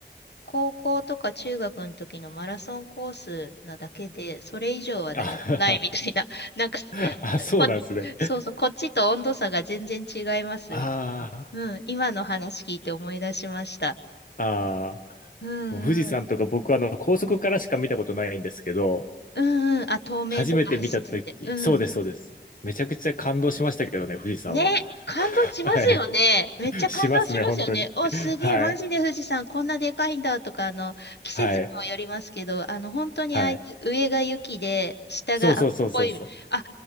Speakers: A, on the left; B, on the left.
A: 高校とか中学の時のマラソンコースなだけで、それ以上は何もないみたいな、
B: あ、
A: <laughs> なんか、
B: <laughs> あそうなんですね。
A: こ、そうそう、こっちと温度差が全然違いますみたいな。
B: あ
A: うん、今の話聞いて思い出しました。
B: あ、ああ。
A: うんうん。
B: もう富士山とか僕はあの高速からしか見たことないんですけど、
A: うんうん。あ、透明とか走ってて。
B: 初めて見たとき、
A: うん。
B: そうです、そうです。めちゃくちゃ感動しましたけどね、富士山は。
A: ね、感動しますよね。
B: はい。
A: めっちゃ感動しますよね。
B: しますね、本当に。
A: お、すげえ、
B: はい。
A: マジで富士山こんなでかいんだとか、あの、季節にもよりますけど、
B: はい。
A: あの、本当にああいう上が雪で、
B: はい。
A: 下が青っぽい、
B: そうそうそうそうそう。
A: あ、